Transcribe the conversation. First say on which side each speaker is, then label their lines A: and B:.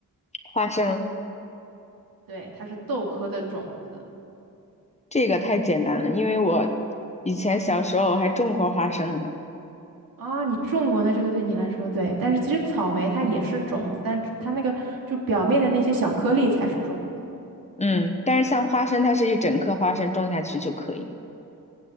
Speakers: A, on the left; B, on the right.
A: 花生
B: 对，它是豆科的种子。
A: 这个太简单了，因为我以前小时候还种过花生呢。
B: 啊，你种过，那这个对你来说对，但是其实草莓它也是种子，但是它那个就表面的那些小颗粒才是种子。
A: 嗯，但是像花生，它是一整颗花生种下去就可以。